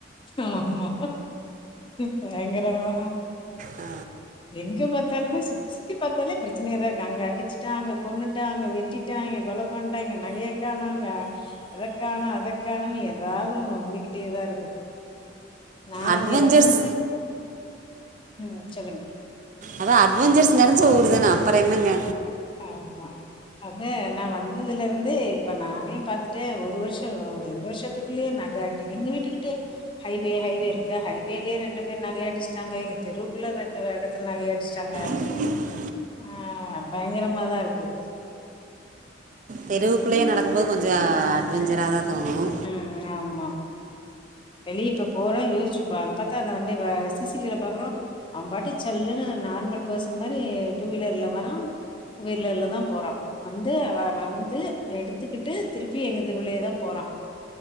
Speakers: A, on the left; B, on the right.
A: ஆமா பயங்கரமா
B: அ
A: எங்க பாத்தாலுமே சுத்தி சுத்தி பாத்தாலே பிரச்சனையாதா இருக்கு அங்க அடிச்சிட்டாங்க கொன்னு ட்டாங்க வெட்டிட்டாங்க கொல பண்ட்டாங்க நகையை கானாங்க அதக்கானோ அதக்கானோனு எதாவது ஒண்ணு வந்துகிட்டேதா இருக்கு நா
B: அட்வென்ச்சர்ஸ்
A: இங்க வந்து ம் சொல்லுங்க
B: அதா அட்வஞ்சர்ஸ் நெறஞ்ச ஊருதான அப்றோ என்னங்க
A: ஆமா அத நா வந்ததுல இருந்தே இப்ப நானே பாத்துட்ட ஒரு வருஷோ ரெண்டு வருஷத்து ள்ளே நகாடி எங்க வீட்டுக்கிட்டே ஹைவே ஹைவே இருக்கு ஹைவேலயே ரெண்டு பேர் நகைய அடிச்சுட்டாங்க எங்க தெருக்குள்ள ரெண்டு இடத்துல நகைய அடிச்சட்டாங்க
B: <inaudible>
A: அ பயங்கரமாதா இருக்கு
B: தெருவுக்குள்ளேயே நடக்கும்போது கொஞ்சம் அட்வெஞ்சரா தான் தோணும்
A: ம் ஆமா வெளியிப்ப போறோம் யோசிச்சுப் பார் அந்த வண்டி சிசிடிவீல பாக்குறோம் அவன் பாட்டு சல்லுனு நார்மல் பர்சன் மாதிரி டூ வீலர்ல வரான் டூவீரல்லதான் போறான் வந்து அவ வந்து எடுத்துக்கிட்டு திருப்பி எங்க தெருவுலயேதா போறான்